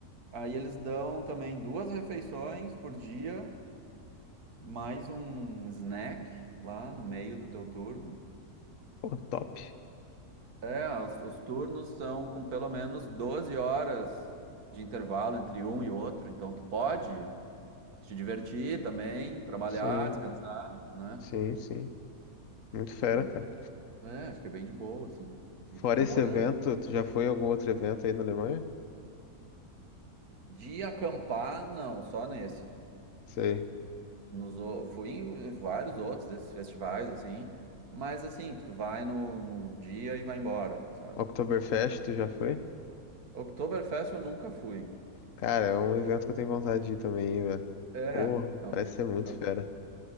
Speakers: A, on the right; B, on the left.
A: aí eles dão também duas refeições por dia, mais um snack lá no meio do teu turno.
B: Pô, top.
A: É, os, os turnos são com pelo menos 12 horas de intervalo entre um e outro, então tu pode te divertir também, trabalhar,
B: Sim,
A: descansar, né?
B: sim, sim. Muito fera,
A: Então,
B: cara.
A: É, acho que é bem de boa, assim.
B: Fora
A: E tu fica
B: esse
A: morando.
B: evento, tu já foi a algum outro evento aí na Alemanha?
A: De acampar, não, só nesse.
B: Sei.
A: nos, o- fui em vários outros desses festivais, assim, mas assim, que tu vai no, no dia e vai embora, sabe?
B: Oktoberfest, tu já foi?
A: Oktoberfest eu nunca fui.
B: Cara, é um evento que eu tenho vontade de ir também, hein, velho.
A: É,
B: Porra,
A: a
B: parece ser muito
A: a-
B: fera.